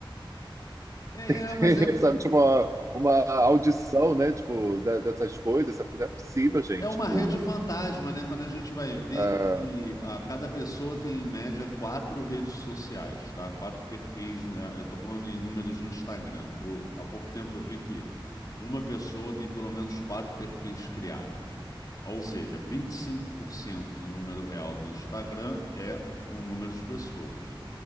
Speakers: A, on the left; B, on the right.
A: É,
B: <laughs>
A: é, mas é,
B: Sabe, tipo, uma, uma audição, né? Tipo, da- dessas coisas, sabe? Não é possível, gente.
A: É uma
B: Tipo,
A: rede fantasma, né? Quando a gente vai ver
B: ah,
A: que ah, cada pessoa tem, em média, quatro redes sociais, tá? Quatro perfis, né? Eu tô falando em números de Instagram. O- há pouco tempo eu vi que uma pessoa tem pelo menos quatro perfis criados. Ou seja, 25% do número real do Instagram é o número de pessoas.